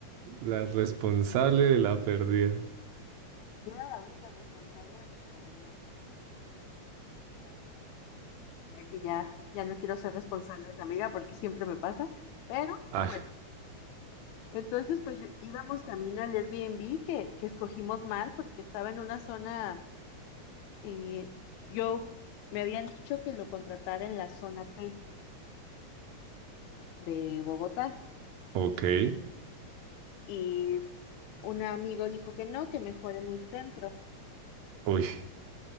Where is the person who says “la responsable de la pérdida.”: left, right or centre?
Right